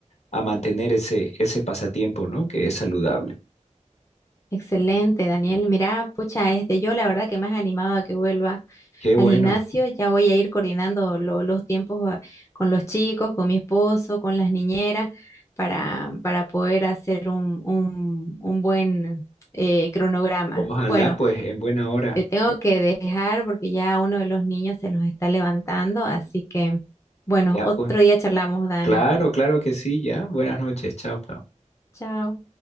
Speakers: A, on the left; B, on the left.
A: a mantener ese, ese pasatiempo, ¿no? Que es saludable.
B: Excelente, Daniel. Mira, pucha, este, yo la verdad que me has animado a que vuelva.
A: Qué
B: al
A: bueno.
B: gimnasio, ya voy a ir coordinando lo- los tiempos eh, con los chicos, con mi esposo, con las niñeras, para, para poder hacer un, un, un buen eh, cronograma.
A: Ojalá,
B: Bueno,
A: pues, en buena hora.
B: te tengo que dejar porque ya uno de los niños se nos está levantando, así que, bueno,
A: Ya,
B: otro
A: pues.
B: día charlamos, Dani.
A: Claro, claro que sí, ya. Buenas noches, chao.
B: Chao.